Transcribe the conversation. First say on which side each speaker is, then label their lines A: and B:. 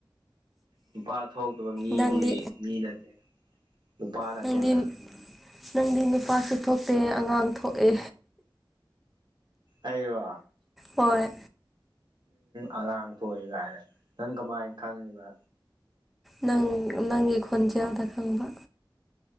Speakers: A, on the right; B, in the centre.
A: ꯅꯨꯄꯥ ꯊꯣꯛꯇꯕ ꯃꯤꯗꯤ
B: ꯅꯪꯗꯤ
A: ꯃꯤ ꯅꯠꯇꯦ ꯅꯨꯄꯥ ꯅꯠꯇꯦꯕ
B: ꯅꯪꯗꯤ ꯅꯪꯗꯤ ꯅꯨꯄꯥꯁꯨ ꯊꯣꯛꯇꯦ ꯑꯉꯥꯡ ꯊꯣꯛꯑꯦ
A: ꯑꯩꯔꯣ
B: ꯍꯣꯏ
A: <inaudible> ꯑꯉꯥꯡ ꯊꯣꯛꯑꯦ ꯀꯥꯏꯅ ꯅꯪ ꯀꯃꯥꯏ ꯈꯪꯉꯤꯕ
B: ꯅꯪ ꯅꯪꯒꯤ ꯈꯣꯟꯖꯦꯜꯗ ꯈꯪꯕ